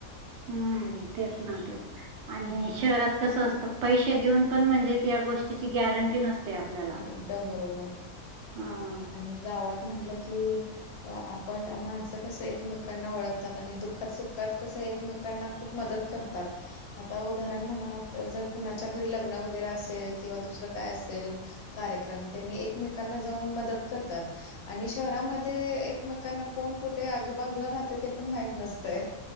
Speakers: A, on the right; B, on the left.
A: हम्म तेच ना तेच आणि
B: हं.
A: शहरात कसं असतं? पैसे देऊन पण म्हणजे त्या गोष्टीची गॅरंटी नसते. आपल्याला.
B: एकदम बरोबर
A: हो.
B: आणि गावात म्हटलं की आपण माणसं कसं एकमेकांना ओळखतात आणि दुःखात सुखात कसं एकमेक एकमेकांना खूप मदत करतात. आता उदाहरण म्हणा तर जर कुणाच्या घरी लग्न वगैरे असेल किंवा दुसरं काय असेल कार्यक्रम त्यांनी एकमेकांना जाऊन मदत करतात. आणि शहरामध्ये एकमेकांना कोण कुठे आजूबाजूला राहते ते पण माहित नसतं.